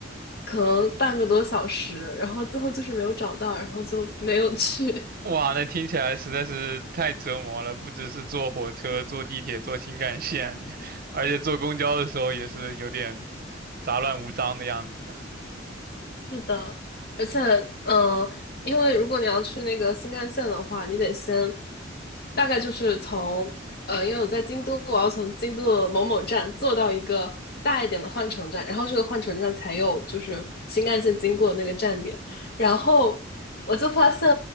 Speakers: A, on the left (about 55°); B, on the right (about 50°).
A: 可能半个多小时，然后最后就是没有找到，然后就没有去。
B: 哇，那听起来实在是太折磨了，不只是坐火车、坐地铁、坐新干线，<laughs> 而且坐公交的时候也是有点杂乱无章的样子。
A: 是的，而且，嗯、呃因为如果你要去那个新干线的话，你得先大概就是从呃，因为我在京都，我要从京都的某某站坐到一个大一点的换乘站，然后这个换乘站才有就是新干线经过的那个站点，然后我就发现